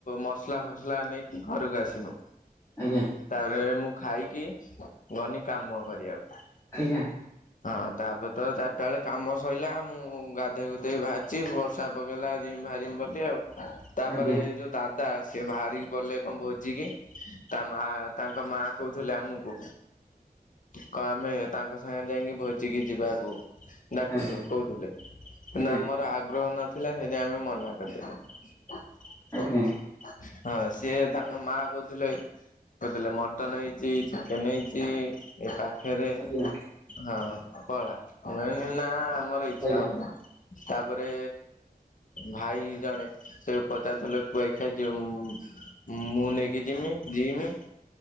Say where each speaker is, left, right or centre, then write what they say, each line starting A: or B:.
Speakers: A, on the left; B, on the left.
A: ମସ୍ଲା ଫସ୍ଲା ନେଇକି ଘରକୁ ଆସିନୁ
B: ଆଜ୍ଞା
A: ତାପରେ ମୁଁ ଖାଇକି ଗନି କାମ କରିବାକୁ
B: ଆଜ୍ଞା
A: ହଁ ତାପରେ ତ ଚାର୍ଟା ବେଳେ କାମ ସଇଲା ମୁଁ ଗାଧେଇ ଗୁଧେଇକି ବାହାର୍ଚି ବର୍ଷା ପକେଇଲା ହାରି ମୁ ଭାରିିମି ଆଉ ତାପରେ
B: ଆଜ୍ଞା
A: ଯୋଉ ଦାଦା ସିଏ ବାହାରିକି ପଲେ କଣ ଭୋଜିିକି ତାମା ତାଙ୍କ ମା କହୁଥିଲେ ଆମକୁ କ ଆମେ ତାଙ୍କ ସାଙ୍ଗେ ଯାଇଙ୍କି ଭୋଜିିକି ଯିବାକୁ ଡାକୁଛୁ
B: ଆଜ୍ଞା ଆଜ୍ଞା
A: କହୁଥିଲେ କିନ୍ତୁ
B: ଆଜ୍ଞା
A: ଆମର ଆଗ୍ରହ ନଥିଲା ହେଇଥି ପାଇଁ ଆମେ ମନା ହଁ
B: ଆଜ୍ଞା
A: ସିଏ ତାଙ୍କ ମା କହୁଥିଲେ କହୁଥିଲେ ମଟନ ହେଇଚି ଚିକେନେ ନେଇଚି ଏ ପାଖେରେ
B: ଆଜ୍ଞା
A: ହଁ କଳା ମୁ କହିନି ନା ଆମର ଇଛା
B: ଆଜ୍ଞା
A: ହେଉନେଇ ତାପରେ ଭାଇ ଜଣେ ସେବି ପଚାରୁଥିଲେ କୁଆଖିଆ ଯିବ ମୁ ମୁଁ ନେଇକି ଯିମି ଯିମି